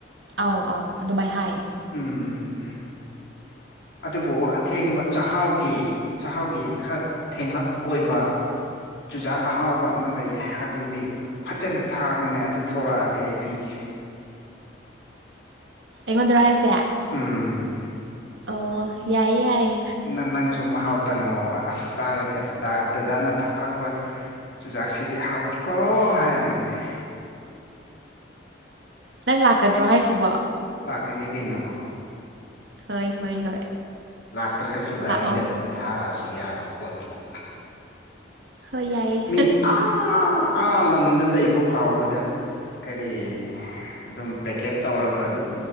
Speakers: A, on the right (about 70°); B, on the left (about 60°).
A: ꯑꯧ ꯑꯧ ꯑꯗꯨꯃꯥꯏꯅ ꯍꯥꯏꯌꯦ
B: ꯎꯝ ꯑꯗꯨꯕꯨ ꯑꯊꯦꯡꯕ ꯆꯥꯛꯍꯥꯎꯒꯤ ꯆꯥꯛꯍꯥꯎꯒꯤ ꯈꯔ ꯊꯦꯡꯂꯞ ꯑꯣꯏꯕ ꯆꯨꯖꯥꯛ ꯑꯍꯥꯎꯕ ꯑꯃ ꯂꯩꯌꯦ ꯑꯗꯨꯗꯤ ꯐꯖꯅ ꯊꯥꯕꯅꯦ ꯑꯗꯨ ꯊꯣꯔꯛꯑꯗꯤ ꯑꯩ ꯄꯤꯒꯦ <unintelligible>
A: ꯑꯩꯉꯣꯟꯗꯔ ꯍꯥꯏꯁꯦ
B: ꯎꯝ
A: ꯑꯣ ꯌꯥꯏꯌꯦ ꯌꯥꯏꯌꯦ
B: ꯅ ꯅꯪꯁꯨ ꯃꯍꯥꯎ ꯇꯪꯉꯣꯕ ꯑꯁ ꯆꯥꯔꯗꯤ ꯑꯁ ꯗꯥ ꯗꯗꯥꯅ ꯊꯥꯔꯛꯄ ꯆꯨꯖꯥꯛꯁꯤꯗꯤ ꯍꯥꯎꯋꯦꯀꯣ ꯍꯥꯏꯗꯣꯏꯅꯦ
A: ꯅꯪ ꯂꯥꯛꯀꯗ꯭ꯔꯣ ꯍꯥꯏꯁꯤꯕꯣ
B: ꯂꯀꯅꯤ ꯀꯩꯅꯣ ꯋꯥ
A: ꯍꯣꯏ ꯍꯣꯏ ꯍꯣꯏ
B: ꯂꯥꯛꯇ꯭ꯔꯒꯁꯨ ꯒꯥꯔꯤꯗ
A: ꯂꯥꯛꯑꯣ
B: ꯑꯗꯨꯝ ꯊꯥꯔꯛꯑꯁꯨ ꯌꯥ ꯑꯗꯨ ꯄꯣꯠꯇꯨꯕꯨ
A: ꯍꯣꯏ ꯌꯥꯏꯌꯦ
B: ꯃꯤ ꯑꯥ ꯑꯥ ꯂꯝꯗ ꯂꯩꯕ ꯐꯥꯎꯕꯗ ꯀꯔꯤ ꯑꯗꯨꯝ ꯄꯦꯛꯀꯦꯠ ꯇꯧꯔꯒ ꯑꯗꯨꯝ